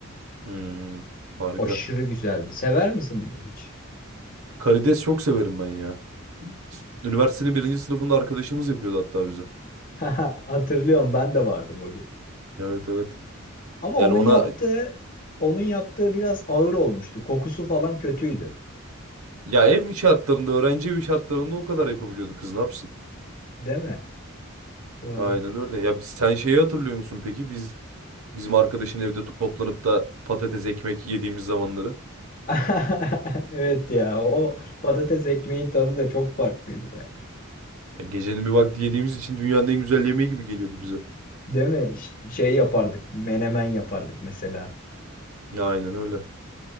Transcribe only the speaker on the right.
Hmm, harika.
Karides çok severim ben ya. Üniversitenin birinci sınıfında arkadaşımız yapıyordu hatta bize.
Evet evet.
Yani ona
Ya ev şartlarında, öğrenci evi şartlarında o kadar yapabiliyordu kız ne yapsın?
Aynen öyle. Ya biz- sen şeyi hatırlıyor musun peki? Biz bizim arkadaşın evde toplanıp da patates ekmek yediğimiz zamanları.
Ya gecenin bir vakti yediğimiz için dünyanın en güzel yemeği gibi geliyordu bize.
Aynen öyle.